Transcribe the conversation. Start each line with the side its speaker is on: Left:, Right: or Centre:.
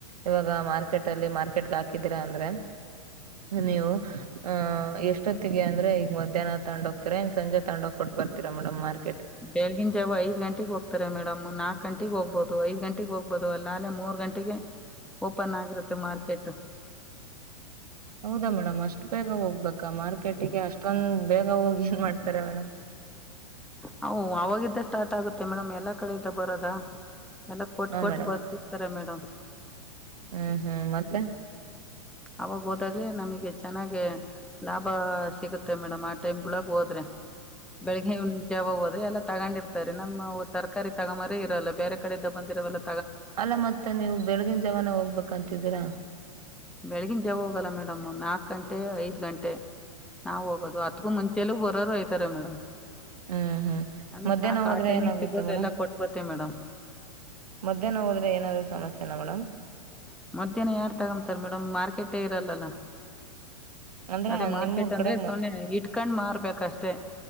Right: ಇವಾಗ ಮಾರ್ಕೆಟ್ ಅಲ್ಲಿ ಮಾರ್ಕೆಟ್ಗೆ ಹಾಕಿದೀರಾ ಅಂದ್ರೆ ನೀವು ಹ ಎಷ್ಟೊತ್ತಿಗೆ ಅಂದ್ರೆ ಈಗ ಮದ್. ಮಧ್ಯಾಹ್ನ ತಗೊಂಡು ಹೋಗ್ತಿರೋ ಏನ್ ಸಂಜೆ ತಗೊಂಡೋಗಿ ಕೊಟ್ಟು ಬರ್ತೀರ ಮೇಡಮ್ ಮಾರ್ಕರ್ಟ್ಗೆ.
Centre: ಬೆಳಗಿನ ಜಾವ ಐದ್ ಗಂಟೆಗೆ ಹೋಗ್ತಾರೆ ಮೇಡಮ್ ನಾಕ್ಕ್ ಗಂಟೆಗೆ ಹೋಗ್ಬಹದು ಐದು ಗಂಟೆಗೆ. ಹೋಗ್ಬೋದು ಅಲ್ಲ ಅೇ ಮೂರ್ ಗಂಟೆಗೆ ಓಪನ್ ಆಗಿರುತ್ತೆ ಮಾರ್ಕೆಟ್.
Right: ಹೌದಾ ಮೇಡಮ್ ಅಷ್ಟು ಬೇಗ ಹೋಗ್ಬೇಕಾ ಮಾರ್ಕೆಟಿಗೆ ಅಷ್ಟೊಂದು ಬೇಗ ಹೋಗಿ ಏನ್ ಮಾಡ್ತಾರೆ ಮೇಡಮ್.
Centre: ಹ ಅವಾಗಿದ್ದ ಸ್ಟಾರ್ಟ್ ಆಗುತ್ತೆ ಮೇಡಮ್ ಎಲ್ಲಾ ಕಡೆಯಿಂದ ಬರೋದಾ. ಎಲ್ಲ ಕೊಟ್ಟು
Right: ಹಾ
Centre: ಕೊಟ್ಟು
Right: ಮೇಡಮ್
Centre: ಬರ್ತಿತಾರೆ ಮೇಡಮ್.
Right: ಹ್ಮ್ ಹ್ಮ್ ಮತ್ತೆ.
Centre: ಅವಾಗ ಹೋದಾಗ್ಲೇ ನಮಗೆ ಚೆನ್ನಾಗಿ ಲಾಭ ಸಿಗುತ್ತೆ ಮೇಡಮ್ ಆ ಟೈಮ್ಗಳಗೆ ಹೋದ್ರೆ ಬೆಳಗಿನ್ನಜಾವ ಹೋದ್ರೆ ಎಲ್ಲ ತಗೊಂಡಿರ್ತಾರೆ ನಮ್ಮ್ ತರಕಾರಿ ತಗೊಮ್ಬೋರೆ ಇರಲ್ಲ ಬೇರೆ ಕಡೆಯಿಂದ ಬಂದಿರೋವೆಲ್ಲಾ.
Right: ಅಲ್ಲ ಮತ್ತೆ ನೀವು ಬೆಳಗಿನಜವಾನೇ ಹೋಗ್ಬೇಕಂತಿದೀರಾ.
Centre: ಬೆಳಗಿನಜಾವ ಹೋಗಲ್ಲ ಮೇಡಮ್ ನಾವ್ ನಾಕ್ ಗಂಟೆ ಐದ್ ಗಂಟೆ ನಾವು ಹೋಗೋದು ಅತ್ಕೂ ಮುಂಚೇಲು ಬರೋರು ಐದಾರೆ ಮೇಡಮ್.
Right: ಹ್ಮ್ ಹ್ಮ್
Centre: ನಮಗೆ
Right: ಮಧ್ಯಾಹ್ನ
Centre: ಸಾಕು
Right: ಹೋದ್ರೆ
Centre: ಆ ಟೈಮಿಗೆ
Right: ಏನಾಗುತ್ತೆ
Centre: ಸಿಗೋರು
Right: ಮೇಡಮ್
Centre: ಎಲ್ಲ ಕೊಟ್ಟು ಬರ್ತೀವಿ ಮೇಡಮ್
Right: ಮಧ್ಯಾಹ್ನ ಹೋದ್ರೆ ಏನಾದ್ರೂ ಸಮಸ್ಯೆನಾ ಮೇಡಮ್.
Centre: ಮಧ್ಯಾಹ್ನ ಯಾರ್ ತಗಂತಾರ ಮೇಡಮ್ ಮಾರ್ಕೆಟೇ ಇರಲ್ ಅಲಾ
Right: ಅಂದ್ರೆ
Centre: ಅದೇ ಮಾರ್ಕೆಟ್
Right: ನಿಮ್ಮೂರ್
Centre: ಅಂದ್ರೆ
Right: ಕಡೆಗ್ ಮ
Centre: ಸುಮ್ಮನೆ ಇಟ್ಕಂಡ್ ಮಾರ್ಬೇಕಷ್ಟೆ